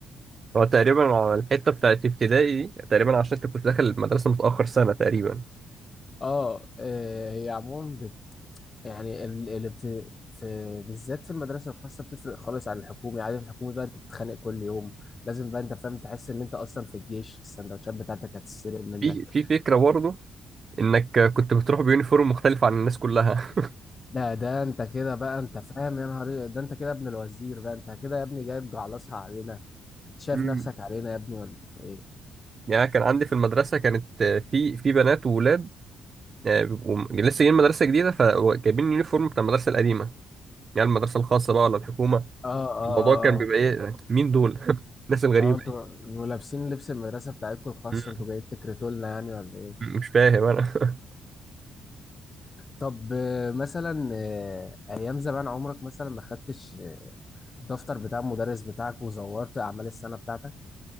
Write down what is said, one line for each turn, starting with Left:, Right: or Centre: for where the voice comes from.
Right: هو تقريبا على الحتة بتاعت ابتدائي دي تقريبا عشان أنت كنت داخل المدرسة متأخر سنة تقريبا
Left: <laughs> اه آه، هي عموما بت... يعني ال... ال... بت... في بالذات في المدرسه الخاصه بتفرق خالص عن الحكومي عادي في الحكومي بقى انت بتتخانق كل يوم لازم بقى انت فاهم تحس ان انت اصلا في الجيش السندوتشات بتاعتك هتتسرق منك
Right: في في فكرة برضه إنك كنت بتروح بيونيفورم مختلف عن الناس كلها
Left: ده ده انت كده بقى انت فاهم يا نهار إيه، ده انت كده ابن الوزير بقى انت كده يا ابني جاي تجعلصها علينا شايف
Right: <laughs>
Left: نفسك علينا يا ابني ولا ايه
Right: يعني كان عندي في المدرسة كانت آه، في في بنات وولاد آه، بيبقوا م- لسه جايين مدرسة جديدة فجايبين اليونيفورم بتاع المدرسة القديمة يعني المدرسة الخاصة بقى ولا الحكومة
Left: اه اه اه
Right: الموضوع كان بيبقى إيه مين دول؟ <laughs> الناس الغريبة
Left: اه انتوا
Right: دي
Left: انتوا لابسين لبس المدرسه بتاعتكم الخاص
Right: م-
Left: انتوا جايين تكرتوا لنا يعني ولا ايه
Right: م- مش فاهم أنا <laughs>
Left: طب آه، مثلا آه، ايام زمان عمرك مثلا ما خدتش آه، الدفتر بتاع المدرس بتاعك وزورت اعمال السنه بتاعتك